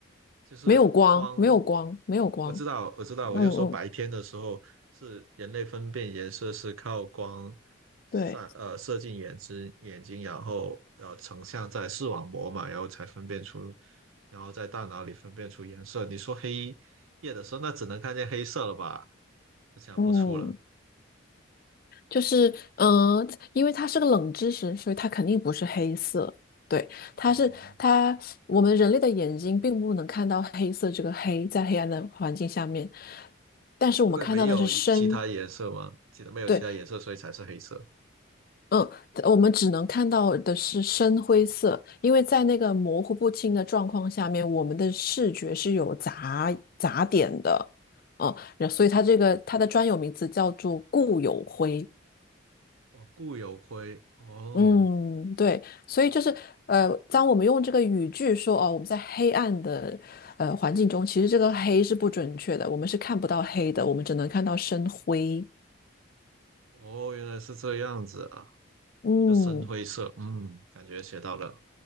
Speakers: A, on the right; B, on the left.
A: 就是光。
B: 没有光，没有光，没有光。
A: 我知道，我知道，
B: 嗯嗯，
A: 我就说白天的时候是人类分辨颜色是靠光散呃射进眼睛眼睛，
B: 对，
A: 然后呃成像在视网膜嘛，然后才分辨出，然后在大脑里分辨出颜色。你说黑夜的时候，那只能看见黑色了吧？我想不出了，
B: 嗯，就是嗯、呃因为它是个冷知识，所以它肯定不是黑色。对，它是它，
A: 嗯，
B: 我们人类的眼睛并不能看到黑色这个黑，在黑暗的环境下面，但是我们看到的是深。
A: 因为没有一其他颜色嘛，记得没有其他颜色，
B: 对，
A: 所以才是黑色。
B: 嗯，我们只能看到的是深灰色，因为在那个模糊不清的状况下面，我们的视觉是有杂杂点的，嗯，然所以它这个它的专有名词叫做固有灰。
A: 哦，固有灰，哦
B: 嗯，对，所以就是呃，当我们用这个语句说哦，我们在黑暗的呃环境中，其实这个黑是不准确的，我们是看不到黑的，我们只能看到深灰。
A: 哦，原来是这样子啊，
B: 嗯，
A: 就深灰色，嗯，感觉学到了。